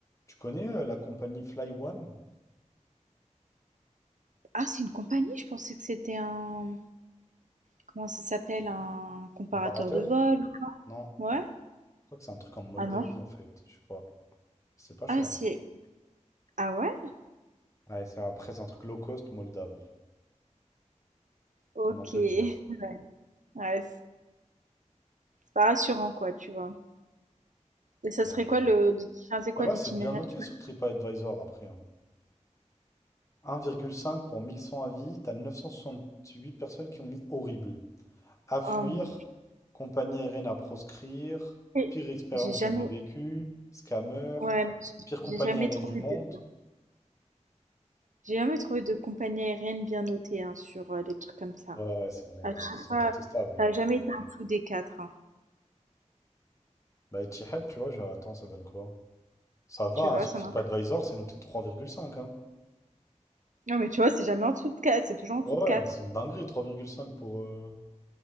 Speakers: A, on the left; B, on the right.
A: Tu connais euh, la compagnie Fly One,
B: Ah, c'est une compagnie? Je pensais que c'était un... Comment ça s'appelle? Un comparateur
A: comparateur?
B: de vol?
A: Non,
B: Ouais?
A: je crois que c'est un truc en Moldavie
B: Ah non?
A: en fait, je sais pas. C'est pas cher.
B: Ah, c'est...
A: hein.
B: Ah ouais?
A: Ouais, c'est après c'est un truc low cost moldave,
B: Ok.
A: comment te
B: Ouais,
A: dire.
B: c'est c'est pas rassurant, quoi, tu vois. Et ça serait
A: Euh,
B: quoi le... l'iti- Enfin, c'est quoi
A: ça va,
B: l'itinéraire?
A: c'est bien noté
B: tu-
A: sur TripAdvisor après. hein. 1,5 pour 1100 avis, t'as 968 personnes qui ont mis horrible. À fuir,
B: Oh mon Dieu.
A: compagnie aérienne à proscrire,
B: Et
A: pire expérience
B: J'ai jamais...
A: jamais vécue, scammer,
B: Ouais, mais j'ai
A: pire
B: j'ai
A: compagnie
B: jamais
A: aérienne
B: trouvé
A: du monde.
B: de... J'ai jamais trouvé de compagnie aérienne bien notée, hein, sur euh, les trucs comme ça.
A: Ouais, ouais, ouais, c'est vrai,
B: À
A: bah,
B: chaque
A: ils sont
B: fois,
A: détestables. hein.
B: ça a jamais été en dessous des quatre. hein.
A: Bah, Etihad, tu vois, genre, attends, ça donne quoi? Ça va,
B: Tu vois,
A: hein, sur
B: ça
A: TripAdvisor,
B: marche.
A: c'est noté 3,5, hein.
B: Non, mais tu vois, c'est jamais en dessous de 4. C'est toujours en dessous
A: Ouais,
B: de
A: ouais,
B: 4.
A: mais c'est une dinguerie, 3,5 pour... euh,